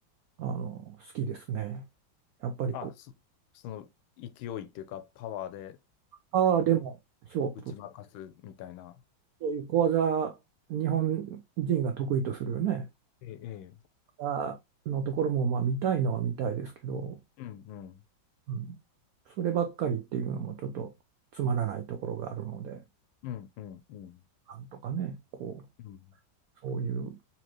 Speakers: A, on the right; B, on the left.
A: あの好きですね。やっぱりこう
B: あ、そ、その勢いっていうかパワーで、
A: パワーでも勝
B: 打ち負かすみたいな。
A: そういう小技、日本人が得意とするよね、
B: ええ、ええ。
A: あのところもまあ見たいのは見たいですけど、
B: うんうん。
A: うん、そればっかりっていうのもちょっとつまらないところがあるので、
B: うんうんうん。
A: なんとかね、こう、
B: うん
A: そういう